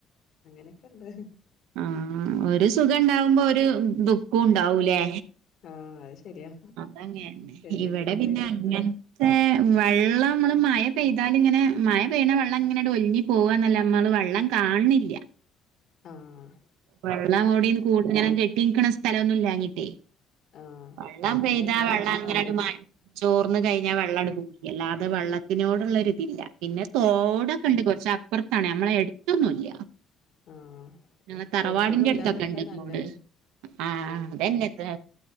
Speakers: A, on the left; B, on the right.
A: അങ്ങനെക്കെണ്ട്
B: ആ ഒരു സുഖ ഇണ്ടാവുമ്പോ ഒരു ദുഃഖം ഉണ്ടാവൂലേ
A: ആഹ അത് ശരിയാ
B: തങ്ങനെ
A: എന്തെങ്കിലൊക്കെ
B: ഇവിടെ പിന്നെ
A: ആയിട്ടുണ്ടാവും
B: അങ്ങനത്തെ വെള്ളം നമ്മള് മഴ പെയ്താൽ ഇങ്ങനെ മഴ പെയന്ന വെള്ളം ഇങ്ങനെ ടൊ ഒഴുങ്ങി പോകന്നല്ലാ അമ്മള് വെള്ളം കാണണില്ല
A: ആഹ്
B: വെള്ളം ഇവിടിം
A: അങ്ങനെ
B: കൂടെ ഇങ്ങനെ കെട്ടിനിക്കണ സ്ഥലം ഒന്നുംല്ലാഞ്ഞിട്ടേ
A: ആഹ്
B: വെള്ളം
A: അങ്ങനെ
B: പെയ്താ
A: ഇല്ലാതൊക്കെ
B: വെള്ളം അങ്ങനെ
A: നല്ലത്
B: ചോർന്ന് കഴിഞ്ഞാൽ വെള്ളം പോയില്ലേ എല്ലാ അത് വെള്ളത്തിനോടുള്ളരിതില്ല പിന്നെ തോടൊക്കെണ്ട് കുറച്ച് അപ്പുറത്താണ് നമ്മളെ എടുത്തൊന്നുംല്ല
A: ആഹ്
B: ഞങ്ങള് തറവാടിന്റെ
A: എടുത്തൊന്നും ഇല്ലാതൊക്കെ
B: അടുത്തൊക്കെ ഇണ്ട്
A: നല്ലത്
B: തോട് ആഹാ
A: ആഹ്
B: അതെന്നെത്ത്